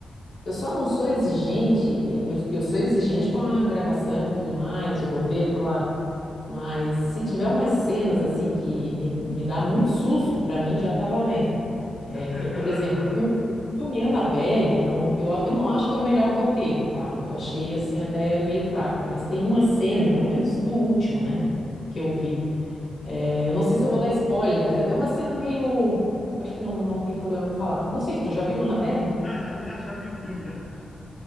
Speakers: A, on the left; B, on the left.
A: Eu só não sou exigente, eh, eu, eu sou exigente com a gravação e tudo mais, o roteiro, claro, mas se tiver umas cenas assim que me, me dá muito susto, pra mim já tá valendo. Eh,
B: <laughs>
A: por
B: Ah,
A: exemplo,
B: tá.
A: o filme, o filme Annabelle, não, eu, a- eu não acho que é o melhor roteiro, tá? Eu achei assim até meio fraco, mas tem uma cena, pelo menos do último, né, que eu vi. Eh, eu não sei se eu vou dar spoiler, mas é é uma cena meio. Acho que não, não tem problema falar. Não sei se tu já viu Annabelle?
B: Não, eu já, já, já vi o filme já.